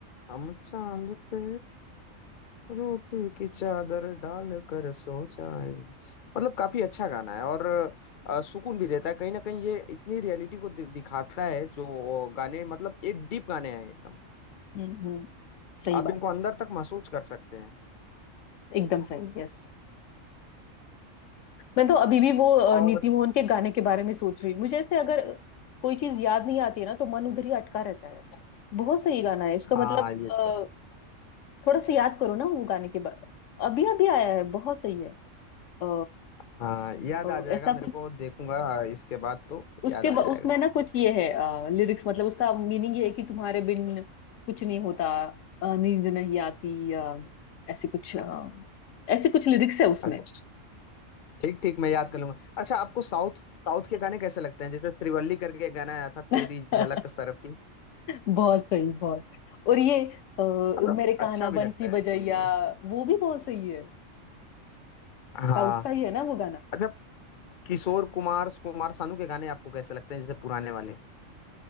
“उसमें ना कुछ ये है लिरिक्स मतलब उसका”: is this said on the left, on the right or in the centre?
Left